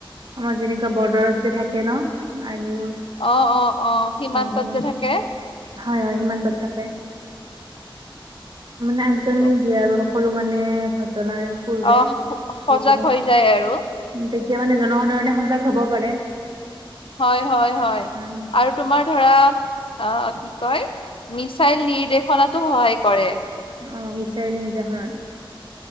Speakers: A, on the right; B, on the left.
A: আমাৰ যেনেকুৱা বৰ্ডাৰত যে থাকে ন। আৰ্মীবোৰ,
B: অ অ অ সীমান্তত
A: উ
B: যে থাকে
A: হয় হয় সীমান্তত থাকে। মানে আগজাননী
B: সেইটো
A: দিয়ে আৰু সকলো মানে ঘটনাৰ পূৰ্বে
B: অ সজাগ
A: যিকোনো
B: হৈ যায় আৰু
A: তেতিয়া মানে জনসাধাৰণে সজাগ হ'ব পাৰে।
B: হয়-হয়-হয়
A: অ
B: আৰু তোমাৰ ধৰা আহ কি কয় মিছাইল নিৰ্দেশনাতো সহায় কৰে।
A: অ, মিচাইল <unintelligible>